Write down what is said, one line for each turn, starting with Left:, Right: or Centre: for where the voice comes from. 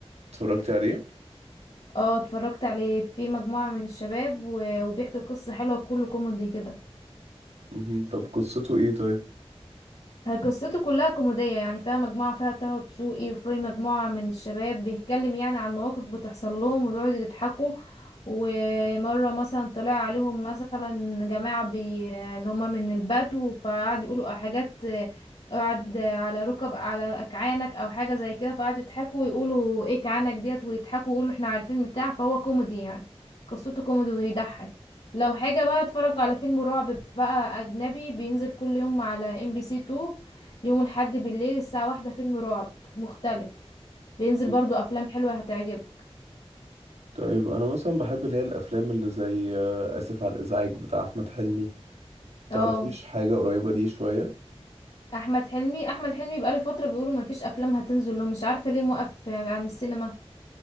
Right: اتفرجتي عليه
Left: اه اتفرجت عليه في مجموعة من الشباب و- وبيحكي قصة حلوة كله كوميدي كده
Right: مهم. طب قصته ايه طيب
Left: هي قصته كلها كوميدية يعني فيها مجموعة فيها طه دسوقي وفي مجموعة من الشباب بيتكلم يعني عن مواقف بتحصل لهم وبيقعدوا يضحكوا ومرة مثلا طلع عليهم مثلا جماعة بي... اللي هم من البدو فقعدوا يقولوا حاجات آه، اقعد على ركب على أكعانك أو حاجة زي كده فقعدوا يضحكوا ويقولوا ايه كعانك ديت ويضحكوا ويقولوا احنا عارفين بتاع فهو كوميدي يعني قصته كوميدي ويضحك لو حاجة بقى اتفرج على فيلم رعب بقى أجنبي بينزل كل يوم على ام بي سي 2 يوم الحد بالليل الساعة واحدة فيلم رعب مختلف بينزل
Right: مم.
Left: برضو أفلام حلوة هتعجبك
Right: طيب انا مثلا بحب اللي هي الافلام اللي زي آه، اسف على الازعاج بتاع احمد حلمي متعرفيش
Left: اه
Right: حاجة قريبة ليه شوية
Left: أحمد حلمي أحمد حلمي بقاله فترة بيقولوا مفيش أفلام هتنزل له مش عارفة ليه موقف عن السينما